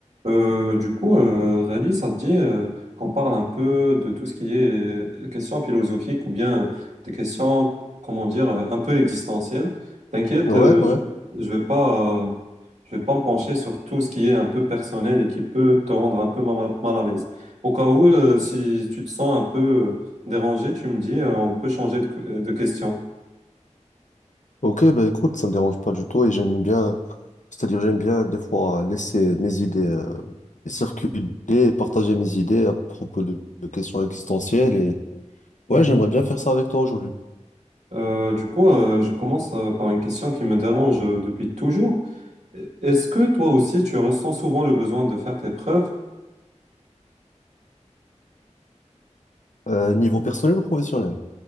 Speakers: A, on the right; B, on the left.
A: Euh, du coup, euh, Rally, ça te dit euh, qu'on parle un peu de tout ce qui est euh, questions philosophiques ou bien des questions, comment dire, euh, un peu existentielles. T'inquiète,
B: Ouais,
A: euh,
B: ouais.
A: je, je vais pas, euh, je vais pas me pencher sur tout ce qui est un peu personnel et qui peut te rendre un peu mal, mal à l'aise. Au cas où, euh, si tu te sens un peu euh, dérangé, tu me dis, euh, on peut changer de, que- de question.
B: Ok, bah écoute, ça me dérange pas du tout et j'aime bien, c'est-à-dire j'aime bien des fois laisser mes idées euh, circuler et partager mes idées à propos de, de questions existentielles et ouais,
A: Mhm.
B: j'aimerais bien faire ça avec toi aujourd'hui.
A: Euh, du coup, euh, je commence euh, par une question qui me dérange euh, depuis toujours. Est-ce que toi aussi tu ressens souvent le besoin de faire tes preuves?
B: Euh, niveau personnel ou professionnel?